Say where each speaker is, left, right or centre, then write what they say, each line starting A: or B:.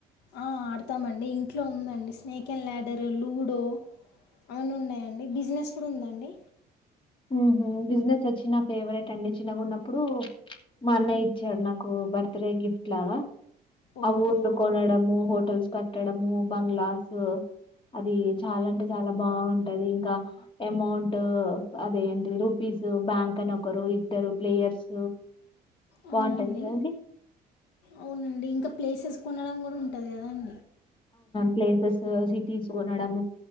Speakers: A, on the left (about 85°); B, on the left (about 30°).
A: ఆ, ఆడతామండి ఇంట్లో ఉందండి స్నేక్ అండ్ ల్యాడర్ లూడో అవన్ని ఉన్నాయండి. బిజినెస్ కూడా ఉంద అండి.
B: ఉహు బిజినెస్ వచ్చి నా ఫేవరెట్ అండి చిన్నగ ఉన్నప్పుడు మా అన్నయ్య ఇచ్చాడు నాకు బర్త్డే గిఫ్ట్ లాగా
A: ఓహో
B: ఆ ఊర్లో కొనడము హోటల్స్ కట్టడము బంగ్లాస్ అది చాలా అంటే చాలా బాగుంటది ఇంకా అమౌంట్ అదేంటి రూపీస్ బ్యాంక్ అని ఒకరు ఇద్దరు ప్లేయర్స్
A: అవునండి
B: బావుంటది కదండీ.
A: అవునండి ఇంకా ప్లేసెస్ కొనడం కూడా ఉంటది కదా అం
B: ప్లేసెస్ సిటీస్ కొనడం